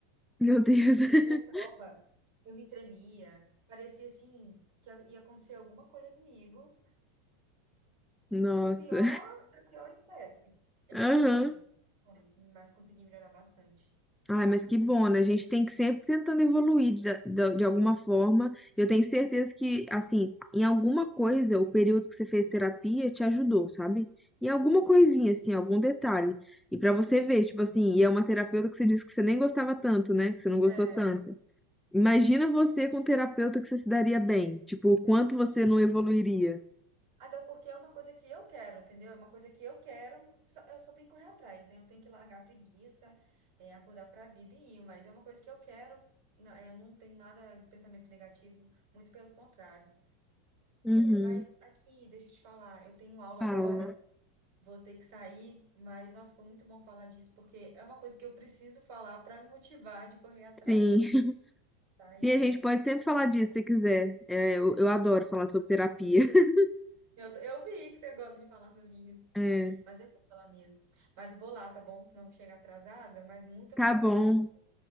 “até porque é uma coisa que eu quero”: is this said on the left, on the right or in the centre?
Right